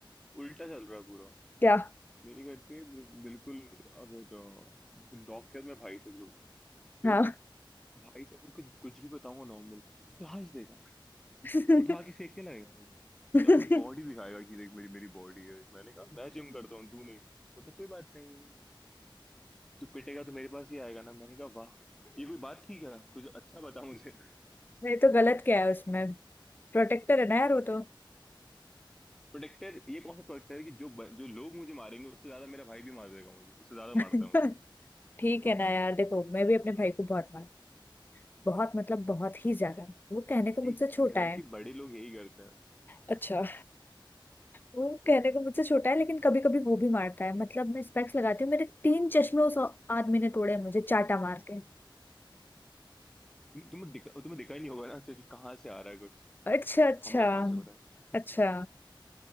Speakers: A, in the centre; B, on the left.
A: उल्टा चल रहा है पूरा
B: क्या
A: मेरे घर पे बिल्कुल अगर डॉग के बाद मेरे भाई से दूर तो
B: हाँ
A: भाई से अगर कुछ कुछ भी बताऊंगा नॉर्मल तो हंस देगा
B: <laughs>
A: उठा के फेंकने लगेगा मुझे
B: नहीं
A: अपनी बॉडी दिखाएगा कि देख मेरी मेरी बॉडी है मैंने कहा मैं जिम करता हूँ तू नहीं बोलता कोई बात नहीं तू पिटेगा तो मेरे पास ही आएगा ना मैंने कहा वाह ये कोई बात थी क्या कुछ अच्छा बता मुझे <laughs>
B: तो गलत क्या है उसमें प्रोटेक्टर है ना यार वो तो
A: प्रोटेक्टर ये कौन सा प्रोटेक्टर है कि जो ब- जो लोग मुझे मारेंगे उससे ज्यादा मेरा भाई भी मार देगा मुझे उससे ज्यादा
B: <laughs>
A: मारता है मुझे
B: ठीक है ना यार देखो मैं भी अपने भाई को बहुत मार बहुत मतलब बहुत ही ज्यादा वो कहने को
A: ये
B: मुझसे छोटा
A: घर
B: है
A: के बड़े लोग यही करते
B: अच्छा वो कहने को मुझसे छोटा है लेकिन कभी कभी वो भी मारता है मतलब मैं स्पेक्स लगाती हूँ मेरे तीन चश्मे उस आदमी ने तोड़े हैं मुझे चाटा मार के
A: हैं तुम्हें दिखा तुम्हें दिखा ही नहीं होगा ना अच्छा कि कहाँ से आ रहा है कुछ
B: अच्छा अच्छा
A: हमला कहाँ से हो रहा
B: अच्छा